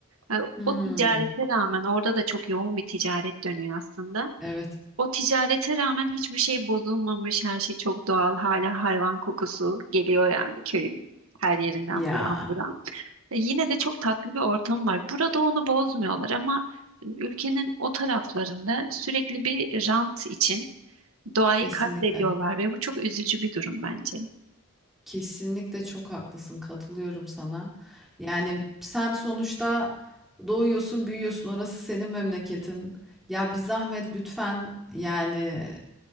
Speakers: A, on the right; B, in the centre.
A: Ee,
B: Hmm,
A: o ticarete rağmen orada da çok yoğun bir ticaret dönüyor aslında.
B: evet.
A: O ticarete rağmen hiçbir şey bozulmamış, her şey çok doğal. Hala hayvan kokusu geliyor yani köyün her yerinden
B: Ya
A: buram buram. E, Yine de çok tatlı bir ortam var. Burada onu bozmuyorlar ama ülkenin o taraflarında sürekli bir rant için doğayı
B: kesinlikle.
A: katlediyorlar ve bu çok üzücü bir durum bence.
B: Kesinlikle çok haklısın. Katılıyorum sana. Yani sen sonuçta doğuyorsun, büyüyorsun. Orası senin memleketin. Ya bir zahmet lütfen yani